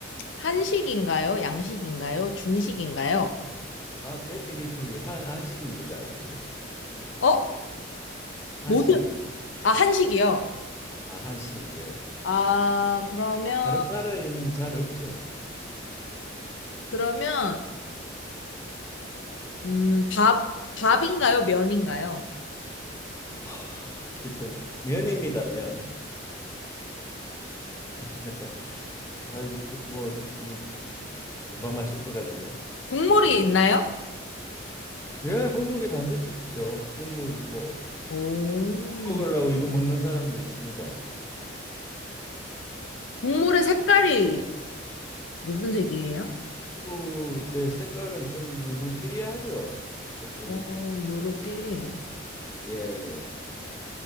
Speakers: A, on the left; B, on the left.
A: 한식인가요? 양식인가요? 중식인가요?
B: 아, 데피니틀리 한 한식입니다. 이게
A: 어?
B: 한식입니다.
A: 모든, 아, 한식이요.
B: 아, 한식 예.
A: 아, 그러면,
B: 다른 나라에는 잘 없죠.
A: 그러면, 음, 밥, 밥인가요? 면인가요?
B: 하, 결정 면입니다, 면. <laughs> 아이고 뭐 이게 이제 금방 맞출 것 같네.
A: 국물이
B: 네.
A: 있나요?
B: 예, 국물이 반드시 있죠. 국물 뭐
A: 오,
B: 먹으려고 이거 먹는 사람도 있습니다.
A: 국물의 색깔이 무슨 색이에요?
B: 얼굴의 색깔은 좀 누르끼리하죠. 어떤
A: 어, 누룩끼리.
B: 예예.